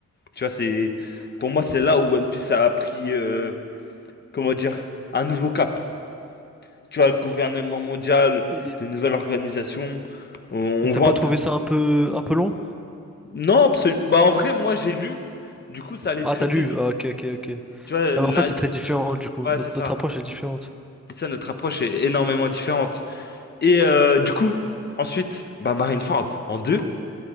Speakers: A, on the left (about 35°); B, in the centre.
A: Tu vois, c'est... Pour moi, c'est là où One Piece a pris, euh, comment dire, un nouveau cap. Tu vois, le gouvernement mondial,
B: Et
A: des nouvelles organisations. On, on
B: et t'as
A: voit
B: pas
A: un peu...
B: trouvé ça un peu un peu long?
A: Non, absolument. Bah, en vrai, moi, j'ai lu. Du coup, ça allait
B: Ah,
A: très,
B: t'as
A: très
B: lu.
A: vite.
B: Ah, ok, ok, ok.
A: Tu vois,
B: Ah,
A: l'anime,
B: mais en fait, c'est très différent
A: je sais pas...
B: du coup.
A: Ouais,
B: Notre,
A: c'est ça.
B: notre approche est différente.
A: C'est ça, notre approche est énormément différente. Et euh, du coup, ensuite, bah Marineford en deux.